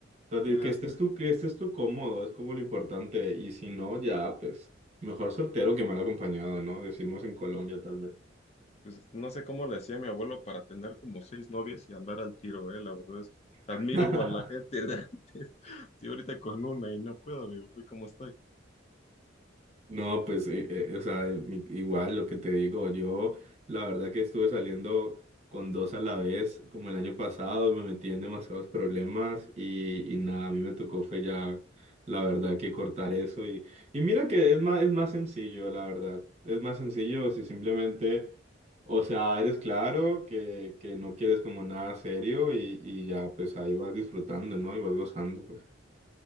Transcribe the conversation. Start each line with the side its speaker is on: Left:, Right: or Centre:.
Right: O sea, de
Left: Ajá.
Right: que estés tú, que estés tú cómodo, es como lo importante. Y si no, ya, pues, mejor soltero que mal acompañado, ¿no? Decimos en Colombia, tal vez.
Left: Pues no sé cómo le hacía mi abuelo para tener como seis novias y andar al tiro, ¿eh? La verdad es que admiro
Right: <laughs>
Left: a la gente de antes. <laughs> Estoy ahorita con una y no puedo, amigo, ve cómo estoy.
Right: No, pues, eh, eh, o sea, mi- igual lo que te digo, yo la verdad que estuve saliendo con dos a la vez, como el año pasado, me metí en demasiados problemas y, y nada, a mí me tocó fue ya, la verdad que cortar eso y, y mira que es más, es más sencillo, la verdad, es más sencillo si simplemente, o sea, eres claro que, que no quieres como nada serio y, y ya, pues ahí vas disfrutando, ¿no? Y vas gozando, pues.